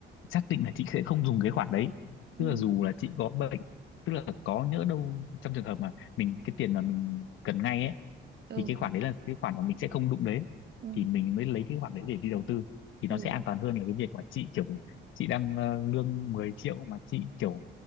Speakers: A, on the left; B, on the right.
A: xác định là chị sẽ không dùng cái khoản đấy
B: ừ
A: tức là dù là chị có bệnh tức là có nhỡ đâu trong trường hợp mà mình cái tiền mà mình cần ngay ấy
B: ừ
A: thì cái khoản đấy là cái khoản mà mình sẽ không đụng đến
B: ừ
A: thì mình mới lấy cái khoản đấy để đi đầu tư thì
B: ừ
A: nó sẽ an toàn hơn là cái việc mà chị kiểu chị đang ờ, lương 10 triệu mà chị kiểu